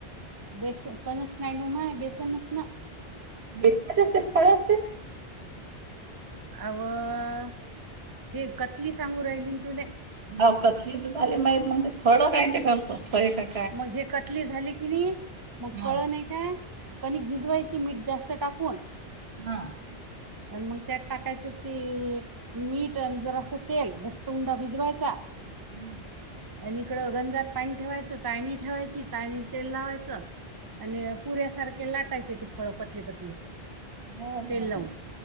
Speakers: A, on the right; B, on the right.
A: बेसनणच बनत नई पण नई बेसनच ना?
B: भेटच असते फळं.
A: अवं हे कतली सांगू राहिली तुले?
B: ह कथली तर झाली माहीत मग ते फळं काय ते करतो, फळे काय?
A: मग हे कतली झाली की नाही, मग
B: हां
A: फळ नाही काय, कणीक भिजवायची मीठ जास्त टाकून.
B: हा.
A: आणि मग त्यात टाकायचं ते मीठ अन जरास तेल घट्ट उंडा भिजवायचा.
B: हम्म.
A: आणि इकडं गंजात पाणी ठेवायचं, चाळणी ठेवायची चाळणी तेल लावायचं आणि पुऱ्यासारखे लाटायचे ते फळ पतले पतले.
B: हो हो
A: तेल लाऊ.